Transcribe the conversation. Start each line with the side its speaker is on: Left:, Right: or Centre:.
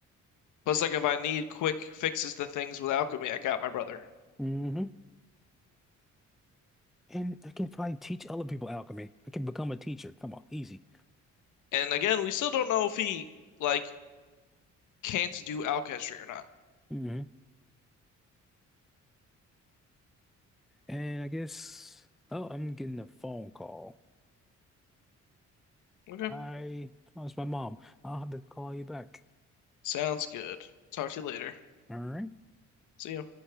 Left: Plus, like if I need quick fixes to things with alchemy, I got my brother.
Centre: Mm-hmm. And I can probably teach other people alchemy. I can become a teacher. Come on, easy.
Left: And again, we still don't know if he like can't do alchemy or not.
Centre: Mm-hmm. And I guess, oh, I'm getting a phone call.
Left: Okay,
Centre: I, oh, it's my mom. I'll have to call you back.
Left: sounds good. Talk to you later.
Centre: All right.
Left: See ya.